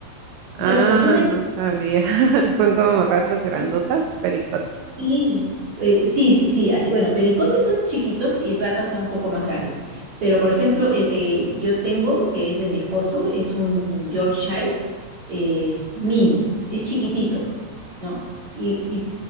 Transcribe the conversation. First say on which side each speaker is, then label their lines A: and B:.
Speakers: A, on the right; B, on the right.
A: O
B: Ah,
A: sea, los confunden
B: no
A: con,
B: sabía. <laughs>
A: ¿no? con
B: Son como ratas
A: ratas.
B: grandotas,
A: sí.
B: pericotas.
A: Y, eh, sí, sí, sí, así, bueno, pericotes son chiquitos y ratas son un poco más grandes. Pero, por ejemplo, el que yo tengo, que es de mi esposo, es un Yorkshire eh, mini, es chiquitito, ¿no? Y,